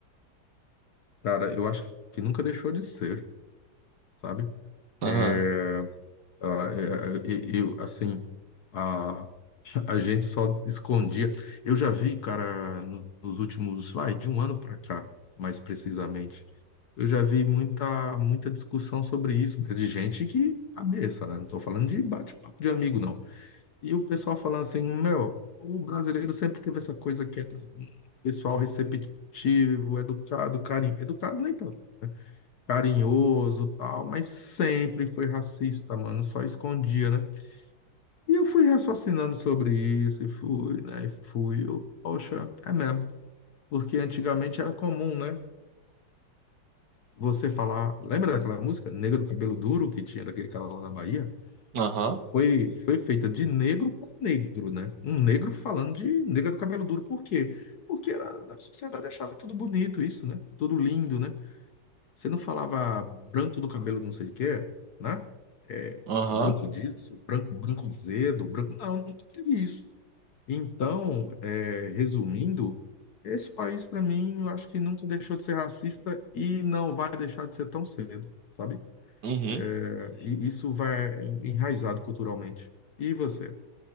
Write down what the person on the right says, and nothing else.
Aham,
aham,
aham,
uhum.